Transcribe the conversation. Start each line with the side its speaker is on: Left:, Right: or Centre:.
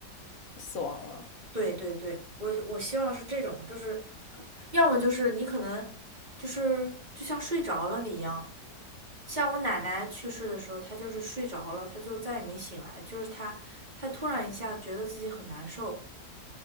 Left: 死亡了。
Right: 对对对，我我希望是这种，就是要么就是你可能就是就像睡着了你一样，像我奶奶去世的时候，她就是睡着了，她就再也没醒来，就是她她突然一下觉得自己很难受，